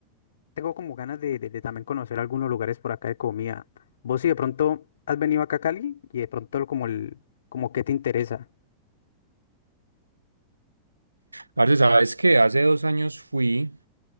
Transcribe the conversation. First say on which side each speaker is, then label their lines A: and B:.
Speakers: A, on the left (about 60°); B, on the right (about 85°).
A: tengo como ganas de, de- de también conocer algunos lugares por acá de comida. Vos si de pronto has venido acá a Cali y de pronto lo- como el, como qué te interesa.
B: Parce, ¿sabes qué? Hace dos años fui,